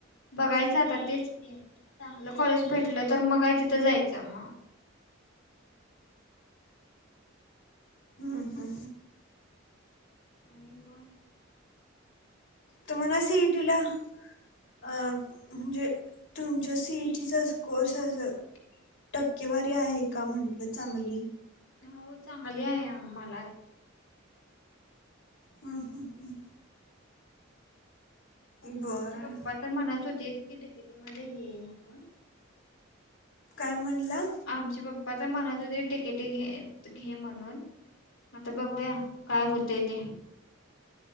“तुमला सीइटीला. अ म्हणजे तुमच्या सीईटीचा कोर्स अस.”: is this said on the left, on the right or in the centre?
Left